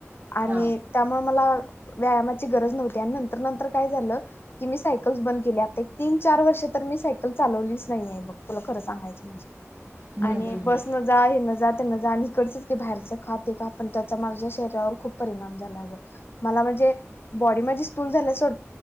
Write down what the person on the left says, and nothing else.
आणि
त्यामुळे मला व्यायामाची गरज नव्हती आणि नंतर -नंतर काय झालं की मी सायकल्स बंद केली आता एक तीन चार वर्ष तर मी सायकल चालवलीच नाहीये बघ तुला खरं सांगायचं म्हणजे
आणि
बस
न जा हे न जात इकडच बाहेर खात हे खा ते खा माझ्या शरीरावर खूप परीनाम झाला मला <inaudible> म्हणजे बॉडी माझी स्थूल झाल्या सोड